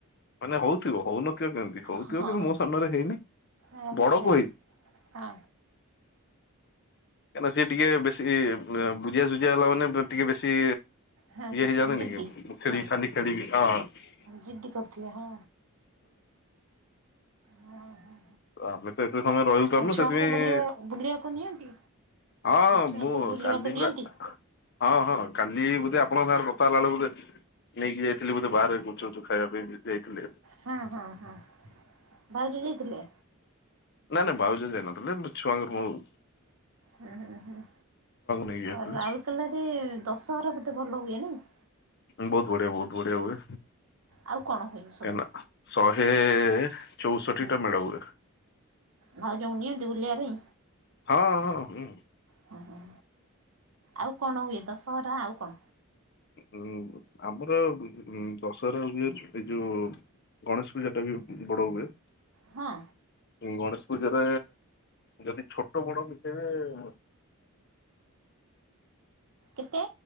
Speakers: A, on the left (about 50°); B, on the right (about 75°).
A: ମାନେ ହଉଥିବ ହଉନଥିବ କେମିତି ହଉଥିବ
B: ହଁ
A: ଜେ କିନ୍ତୁ
B: ହଁ
A: ମୋ ସାମ୍ନରେ ହେଇନି।
B: ଆଚ୍ଛା
A: ବଡକୁ
B: ହଁ।
A: କାଇଁନା ସେଟିକେ ବେଶି ବୁଝିଆ ସୁୁଝିଆ ବାଲା ମାନେ ଟିକେ ବେଶୀ ଏ
B: ହଁ ହଁ
A: ହେଇ ଜାନ୍ତିନି
B: ଜିଦି
A: କି ଖେଳି
B: ହଁ
A: ଖାଲି ଖେଡି ହଁ ହୁଁ।
B: ଜିଦି କରୁଥିବେ ହଁ ହଁ ହଁ
A: ଆମେ ତ ଏତେ ସମୟ ରହିପାରୁନୁ
B: ଆଉ ଛୁଆଙ୍କୁ
A: ସେଥିପାଇଁ
B: ବୁଲିବା ବୁଲିବାକୁ ନିଅନ୍ତି
A: ହଁ ହଁ
B: ଛୁଆଙ୍କୁ
A: ମୁଁ
B: ବୁଲିବାକୁ
A: କାଲି ପୁରା
B: ନିଅନ୍ତି
A: ହଁ ହଁ କାଲି ବୋଧେ ଆପଣଙ୍କ ସାଂଗରେ ଗ ତାଲା <unintelligible> ନେଇକି ଯାଇଥିଲି ବୋଧେ ବାହାରେ ଗୁପଚୁପ ଉଚୁପ ଖାଇବା ପାଇଁ ଯାଇଥିଲେ।
B: ହଁ ହଁ ହଁ ଭାଉଜ ଯାଇଥିଲେ?
A: ନାଇଁ ନାଇ ବାଉଜ ଯାଇ ନଥିଲେ ଛୁଆଙ୍କୁ
B: ହୁଁ
A: ମୁଁ
B: ହୁଁ ହୁଁ ହୁଁ।
A: ନେଇକି ଯାଇଥିଲି।
B: ଆଉ ରାଉରକେଲାରେ ଦଶହରା ବଧେ ଭଲ ହୁଏ ନାଇ?
A: ବହୁତ ବଢିଆ ବହୁତ ବଢିଆ ହୁଏ।
B: ଆଉ କଣ ହୁଏ ସବୁ?
A: କାଇଁନା ଶହେ-ଏ-ଏ ଚଉଷଠି
B: ହୁଁ
A: ଟା ମେଢ ହୁଏ।
B: ଭାଉଜଙ୍କୁ ନିଅନ୍ତି ବୁଲିବା ପାଇଁ
A: ହଁ ହଁ ହଁ।
B: ହୁଁ ହୁଁ। ଆଉ କଣ ହୁଏ ଦଶହରା ଆଉ କଣ?
A: ଉଁ ଆମର ଦଶହରା ହୁଏ ଏଇ ଯୋଉ ଗଣେଶ ପୂଜା ଟା ବି ବଡ ହୁଏ।
B: ହଁ।
A: ଗଣେଶ ପୂଜାରେ ଯଦି ଛୋଟ ବଡ ମିଶାଇବେ <inaudible>
B: କେତେ